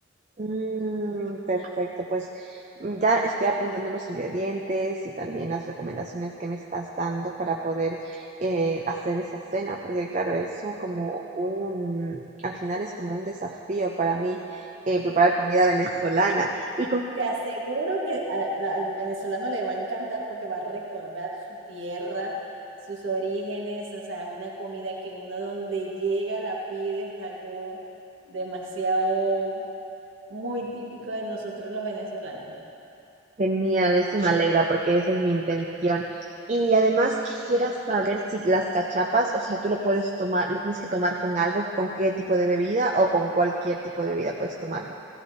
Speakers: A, on the right; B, on the right.
A: Mm, perfecto, pues mm, ya estoy apuntando los ingredientes y también las recomendaciones que me estás dando para poder eh, hacer esa cena, porque claro, es un- como un, al final es como un desafío para mí eh, preparar comida venezolana. Y con qué-
B: Te aseguro que a- la- al venezolano le va a encantar porque va a recordar su tierra, sus orígenes, o sea, es una comida que uno donde llega la pide, es algo demasiado muy típico de nosotros los venezolanos.
A: Genial, eso me alegra porque esa es mi intención. Y además quisiera saber si las cachapas, o sea, tú lo puedes tomar, lo tienes que tomar con algo, con qué tipo de bebida o con cualquier tipo de bebida puedes tomarlo.